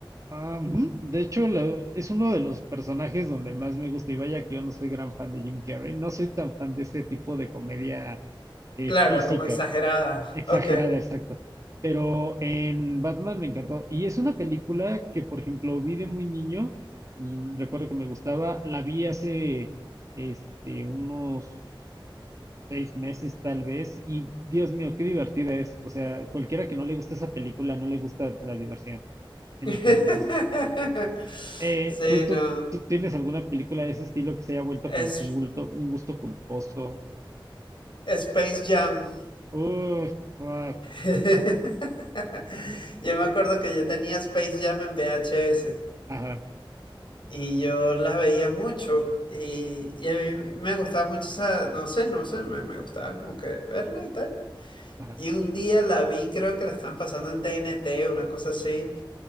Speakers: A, on the right (about 35°); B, on the left (about 65°).
A: Ah, mm, de hecho, la- es uno de los personajes donde más me gusta. Y vaya que yo no soy gran fan de Jim Carrey. No soy tan fan de ese tipo de comedia eh,
B: Claro,
A: física,
B: como exagerada.
A: exagerada,
B: Ok.
A: exacto. Pero en Batman me encantó. Y es una película que, por ejemplo, vi de muy niño. mm, Recuerdo que me gustaba. La vi hace este, unos seis meses tal vez. Y Dios mío, qué divertida es. O sea, cualquiera que no le gusta esa película no le gusta la diversión. Entonces,
B: <laughs>
A: eh,
B: Sí,
A: ¿tú, tú,
B: no.
A: tú tienes alguna película de ese estilo que se haya vuelto
B: Es
A: como con un gusto, un gusto culposo?
B: Space Jam.
A: Uh, fuck.
B: <laughs> Yo me acuerdo que yo tenía Space Jam en VHS.
A: Ajá,
B: Y yo las veía mucho y, y a mí me gustaba mucho esa, no sé, no sé, me, me gustaba como que verla y tal.
A: ajá.
B: Y un día la vi, creo que la estaban pasando en TNT, una cosa así.